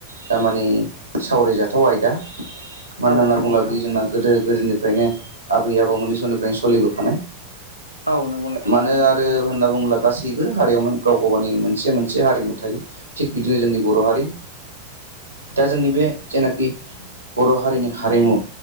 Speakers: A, on the right; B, on the left.
A: दामानि सावरायजायो । गोथाव आयदा मानो
B: औ
A: होनना
B: नंगौ
A: बुङोब्ला
B: नोंथां
A: बेयो जोंना गोदो गोदोनिफ्रायनो आबै आबौमोननि समनिफ्रायनो सोलिबोफानाय
B: औ नंगौ नोंथां
A: मानो आरो होनना बुङोब्ला गासैबो हारियावनो गाव गाव गावनि मोनसे मोनसे हारिमु थायो थिग बिदिनो जोंनि बर' हारि दा जोंनि बे जेनाखि बर' हारिनि हारिमु